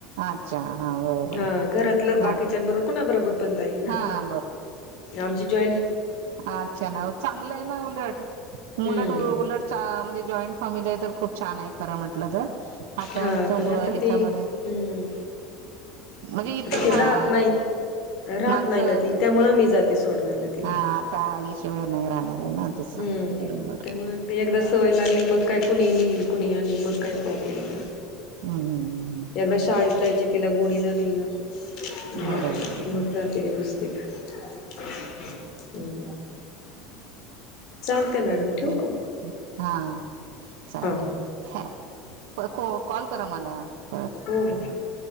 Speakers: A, on the right; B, on the left.
A: अच्छा हा बरोबर
B: हा घरातलं बाकीच्यां
A: हा
B: बरो कुणाबरोबर पण जाईन ना.
A: हा
B: आमची जॉ
A: आ आच्छा ना चांगलं हे ना उलट.
B: हम्म
A: उलट उलट छा म्हणजे जॉईंट फॅमिली हे तर खूप छान हे खरं म्हटलं तर. आता
B: हा
A: आमच्या
B: पण आता
A: मुळ ह्याच्यामध्ये
B: ते हम्म
A: म्हणजे इतर
B: आता ते
A: माझ
B: राहत नाही राहत
A: माणसं
B: नाही ना ती त्यामुळं मी जाते सोडवायला तिला
A: हा आता आईशिवाय नाही राहणार. आहे ना तिचा
B: हम्म
A: बरोबर
B: त्यामुळ ते एकदा स वय लागली मग काय कुणीही नेईल कुणीही आणीन मग काय प्रॉब्लेम नाही.
A: हम्म हम्म
B: एकदा शाळेत जायची तिला गोडी लागली ना मग
A: बरोबर
B: मग जाते व्यवस्थित. हम्म. चालतय मॅडम
A: बरोबर
B: ठेऊ का मग?
A: हा चालेल
B: हा हा
A: हा प को कॉल करा मला. परत
B: हो हो.